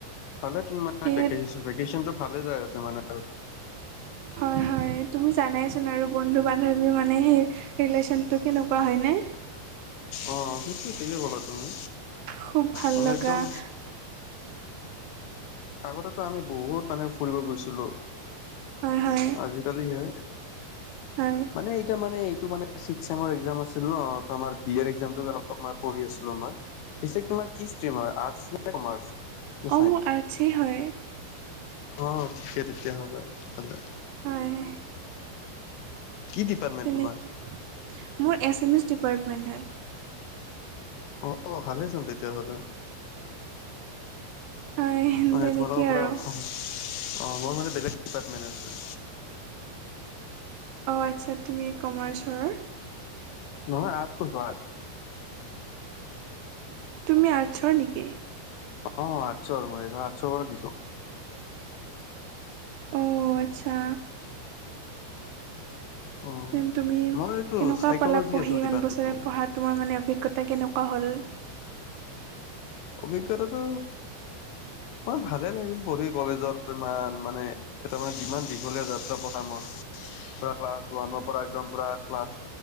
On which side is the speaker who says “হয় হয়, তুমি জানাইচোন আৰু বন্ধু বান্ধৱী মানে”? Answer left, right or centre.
Right